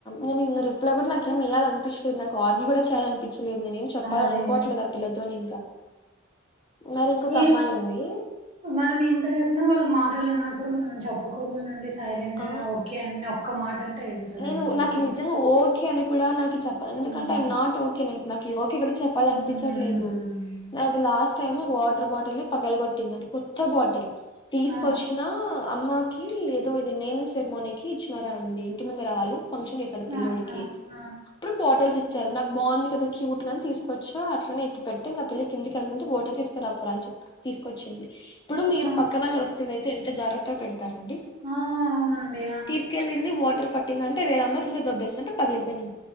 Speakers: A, on the left; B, on the right.
A: నేను ఇ రిప్లై కూడా నాకుేమి ఇయ్యాలినుకు. పిస్ట్ నాకుఆర్గి కూడా చేయాలనిపించలేదు నే ఏం చెప్పాలని
B: అదే
A: అనుకోవట్లేదు ఆ పిలతో ఇంకా. మరి ఇంకొక
B: ఈ
A: అమ్మాయి ఉంది.
B: మనం ఎంత చెప్పినా వాళ్ళు మారాలన్నప్పుడు మనం చెప్పుకోకుండా ఉండి సైలెంట్గా
A: ఆ
B: ఓకే అని ఒక్క మాట అంటే అయిపోతుందండి
A: నేను నాకు
B: ఓకే.
A: నిజంగా ఓకే అని కూడా నాకు చెప్పాలి
B: ఉమ్
A: ఎందుకంటే ఐ నాట్ ఓకే నాకుఒకే కూడా చెప్పాల
B: ఉమ్
A: అనిపించట్లేదు నా అది లాస్ట్. టై మో వాటర్ బాటిల్ పగలు కొట్టిందండి కొత్త బాటిల్ తీసుకొచ్చిన
B: ఆ
A: అమ్మాకి, ఏదో ఇది నేమింగ్ సెరిమోనీ కి ఇచ్చినారా అండి ఇంటి ముందు రావాాలు. ఫంక్షన్ చేసాడు పిల్లోడికి
B: ఆ ఆ ఆ
A: అప్పుడు బాటిల్స్ ఇచ్చారు నాకు బాగుంది కదా. క్యూట్ గా తీసుకో చ్చ అట్లనే ఎత్తి పెట్ట ఇంక పిల్ల కిందికి వెళ్తుంటే వాటర్ తీసుకురాపోరా అని చెప్ప. తీసుకొచ్చింది ఇప్పుడు మీరు
B: ఆ
A: పక్క వాళ్ళ వస్తువులయితే ఎంత జాగ్రత్త పెడతారండి.
B: ఆ అవునండి.
A: తీసుకెళ్ళలింది వాటర్ పట్టిందింటేవెరేమ్మకి ఇల్ దెబ్బేసినట్టు పగిలిపోయింది.